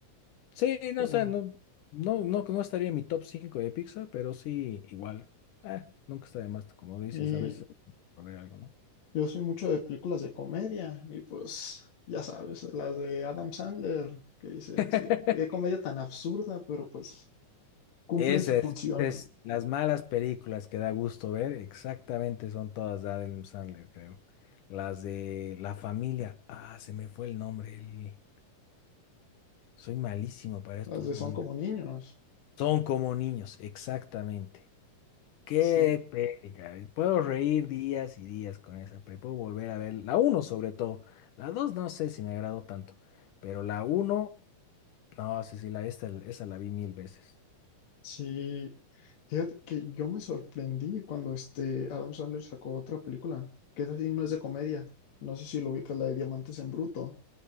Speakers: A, on the left (about 75°); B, on the left (about 55°).
A: Sí, no,
B: Pero,
A: o sea, no, no, no, no estaría en mi top 5 de Pixar, pero sí, igual. ah, nunca está de más, como dices,
B: y
A: a veces hay que poner algo, ¿no?
B: yo soy mucho de películas de comedia, y pues, ya sabes, las de Adam Sandler, que dices
A: <laughs>
B: que qué comedia tan absurda, pero pues cumplen
A: Esas,
B: su función.
A: esas, las malas películas que da gusto ver, exactamente son todas de Adam Sandler, creo. Las de La Familia, ah, se me fue el nombre, el- soy malísimo para estos
B: Las de
A: nombres.
B: Son como niños.
A: Son como niños, exactamente. Qué
B: Sí,
A: peli, caray. Puedo reír días y días con esa peli. Puedo volver a ver la uno sobre todo. La 2 no sé si me agradó tanto, pero la uno, no sé si la, esta, esa la vi mil veces.
B: sí. Fíjate que yo me sorprendí cuando este Adam Sandler sacó otra película, que es así, no es de comedia. No sé si lo ubicas, la de Diamantes en Bruto.